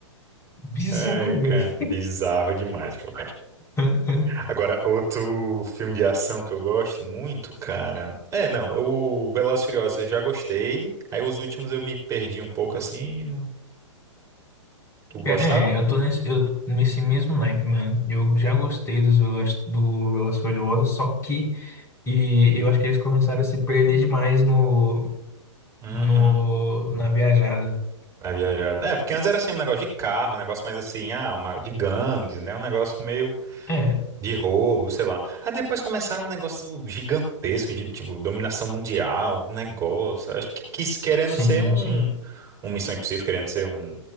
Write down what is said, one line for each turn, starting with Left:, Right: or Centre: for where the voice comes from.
Left: Bizarro,
Right: Ai,
Left: velho.
Right: cara, bizarro demais, pô.
Left: <laughs>
Right: Agora, outro filme de ação que eu gosto muito, cara. É, não, é o Velozes e Furiosos eu já gostei. Aí os últimos eu me perdi um pouco assim. e Não... Tu gostava?
Left: É, é, eu tô nesse, eu, nesse mesmo naipe, mano. Eu já gostei dos Velozes, do Velozes e Furiosos, só que e eu acho que eles começaram a se perder demais no,
Right: Uhum.
Left: no, na viajada.
Right: A viajada. É, porque antes era assim um negócio de carro, um negócio mais assim, ah, uma... de gangues, né? Um negócio meio.
Left: É,
Right: de roubo, sei lá. Aí depois começaram um negócio gigantesco de, tipo, dominação mundial, um negócio. Acho que quis querendo
Left: sim,
Right: ser um,
Left: sim.
Right: um Missão Impossível, querendo ser um,